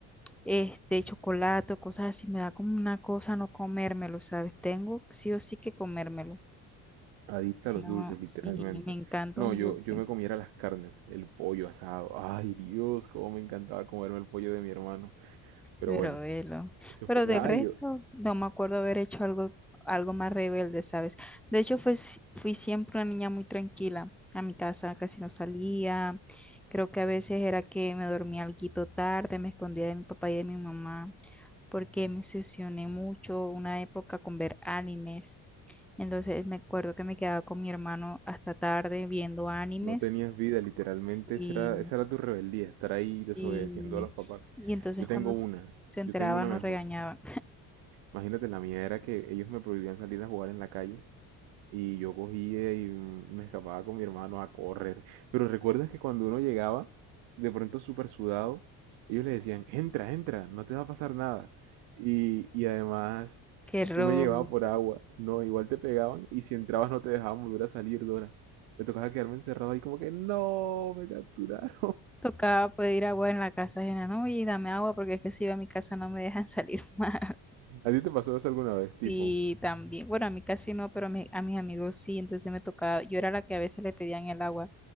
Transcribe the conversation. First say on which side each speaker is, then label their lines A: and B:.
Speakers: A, in the centre; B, on the right.
A: este, chocolate o cosas así, me da como una cosa no comérmelo, ¿sabes? Tengo sí o sí que comérmelo,
B: Adicta
A: si
B: a los
A: no,
B: dulces, literalmente.
A: sí, me encanta
B: No,
A: un
B: yo,
A: dulce.
B: yo me comiera las carnes, el pollo asado. Ay, Dios, cómo me encantaba comerme el pollo de mi hermano. Pero
A: Pero
B: bueno,
A: velo.
B: eso
A: Pero
B: fue.
A: del
B: Ay,
A: resto,
B: yo-
A: no me acuerdo haber hecho algo, algo más rebelde, ¿sabes? De hecho, fue, si- fui siempre una niña muy tranquila. A mi casa casi no salía. Creo que a veces era que me dormía alguito tarde, me escondía de mi papá y de mi mamá, porque me obsesioné mucho una época con ver animes. Entonces me acuerdo que me quedaba con mi hermano hasta tarde viendo animes.
B: no tenías vida, literalmente.
A: Sí,
B: Esa era, esa era tu rebeldía, estar ahí desobedeciendo
A: sí.
B: a los papás.
A: Y entonces
B: Yo tengo
A: cuando s-
B: una,
A: se enteraban,
B: yo tengo una mejor.
A: nos regañaban.
B: Imagínate, la mía era que ellos me prohibían salir a jugar en la calle Y yo cogía y me escapaba con mi hermano a correr. Pero recuerdas que cuando uno llegaba, de pronto súper sudado, ellos le decían, entra, entra, no te va a pasar nada. Y, y además,
A: Qué error.
B: uno llegaba por agua, no, igual te pegaban y si entrabas no te dejaban volver a salir, Dora. Me tocaba quedarme encerrado ahí como que, no, me capturaron.
A: Tocaba pedir agua en la casa ajena, ¿no? Oye, dame agua porque es que si yo a mi casa no me dejan salir <laughs> más.
B: <laughs> ¿A ti te pasó eso alguna vez, tipo?
A: Y también, bueno, a mí casi no, pero a, mi- a mis amigos sí, entonces me tocaba, yo era la que a veces le pedían el agua.